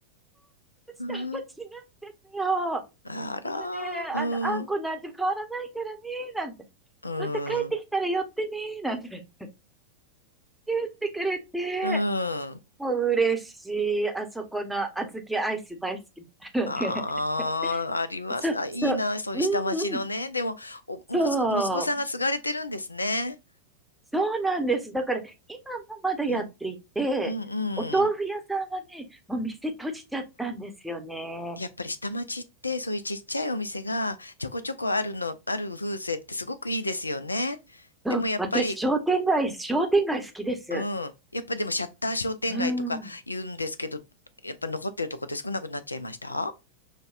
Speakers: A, in the centre; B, on the left (about 80°).
A: 下町なんですよ。
B: ん、あら、
A: もうね、
B: うん、
A: あの、あんこの味変わらないからね、
B: う
A: なんて、
B: ん、
A: また帰ってきたら寄ってね、なんて言ってくれて、
B: うん。
A: もう嬉しい。あそこの小豆アイス大好きだったので、
B: ああ、あります。
A: <laughs> そう、
B: あ、いいな、
A: そう、
B: そういう下町のね。
A: うんうん、
B: でも、お、
A: そ
B: 息子息子さんが継がれてるんですね。
A: う、そうなんです。だから今もまだやっていて、
B: うん、うん、
A: お豆腐屋さんはね、
B: うん。
A: もう店閉じちゃったんですよね。
B: やっぱり下町ってそういうちっちゃいお店がちょこちょこあるの、ある風情ってすごくいいですよね。
A: そう、
B: でもやっぱり、
A: 私、商店街、商店街好きです。
B: うん。やっぱでもシャッター商店街とか言うんですけど、
A: うん。
B: やっぱ残ってるとこって少なくなっちゃいました